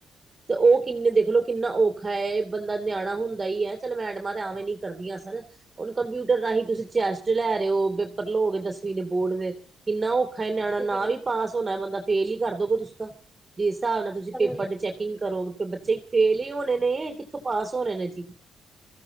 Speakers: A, on the right; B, in the centre.
A: ਤੇ ਉਹ ਕਿੰਨੇ ਦੇਖਲਓ ਕਿੰਨਾ ਔਖਾ ਐ ਬੰਦਾ ਨਿਆਣਾ ਹੁੰਦਾ ਹੀ ਹੈ ਚੱਲ ਮੈਡਮਾਂ ਤੇ ਐਵੇਂ ਨੀ ਕਰਦੀਆਂ ਸਨ ਹੁਣ ਕੰਪਿਊਟਰ ਰਾਹੀਂ ਤੁਸੀਂ ਚੈਸਟ ਲੈ ਰਹੇ ਹੋ ਪੇਪਰ ਲਓਗੇ, ਦਸਵੀਂ ਦੇ ਬੋਰਡ ਦੇ ਕਿੰਨਾ ਔਖਾ ਹੈ ਨਿਆਣਾ ਨਾ
B: ਹਾਂਜੀ ਹਾਂਜੀ
A: ਵੀ ਪਾਸ ਹੋਣਾ ਬੰਦਾ ਫੇਲ ਹੀ ਕਰ ਦੋਗੇ ਤੁਸੀਂ ਤਾਂ ਜਿਸ ਹਿਸਾਬ ਨਾਲ ਤੁਸੀਂ
B: ਹਾਂਜੀ
A: ਪੇਪਰ ਦੇ ਚੈਕਿੰਗ ਕਰੋਗੇ ਬੱਚੇ ਫੇਲ ਹੀ ਹੋਣੇ ਨੇ ਕਿੱਥੋਂ ਪਾਸ ਹੋਣੇ ਨੇ ਜੀ